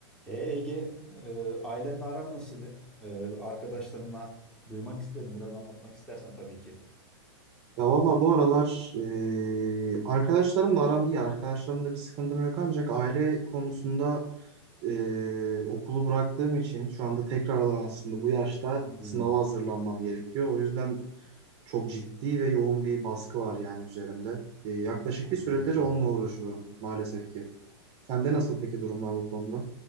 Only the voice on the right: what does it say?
Ya valla bu aralar eee, arkadaşlarımla aram iyi. Arkadaşlarımda bir sıkıntım yok ancak aile konusunda eee, okulu bıraktığım için şu anda tekrardan aslında bu yaşta
sınava hazırlanmam gerekiyor. O yüzden çok ciddi ve yoğun bir baskı var yani üzerimde. Eee, yaklaşık
bir süredir onunla uğraşıyorum maalesef ki. Sende nasıl peki durumlar bu konuda?